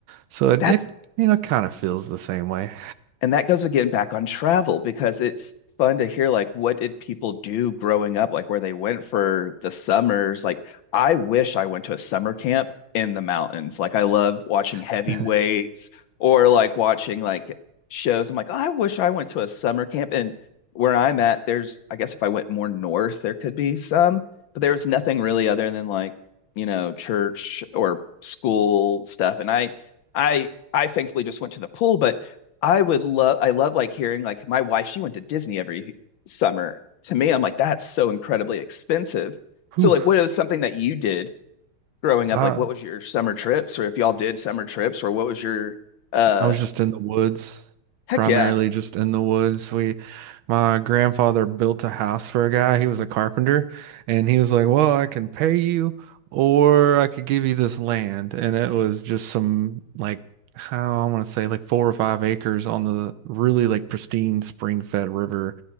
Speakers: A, on the right (about 75°); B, on the left (about 70°).
A: So it,
B: that's
A: it you know kind of feels the same way.
B: And that goes again back on travel because it's fun to hear like what did people do growing up, like where they went for the summers. Like I wish I went to a summer camp in the mountains. Like I love watching heavyweights
A: <laughs>
B: or like watching like shows. I'm like, "Oh, I wish I went to a summer camp. And where I'm at, there's I guess if I went more north, there could be some, but there was nothing really other than like, you know, church or school stuff. And I I I thankfully just went to the pool, but I would love, I love like hearing like my wife, she went to Disney every summer. To me, I'm like, that's so incredibly expensive. So,
A: Whew.
B: like, what is something that you did growing up?
A: Uh,
B: Like, what was your summer trips, or if y'all did summer trips, or what was your, uh,
A: I was just in the woods,
B: heck
A: primarily
B: yeah,
A: just in the woods. We, my grandfather built a house for a guy. He was a carpenter, and he was like, "Well, I can pay you, or I could give you this land." And it was just some like how I want to say like four or five acres on the really like pristine spring-fed river,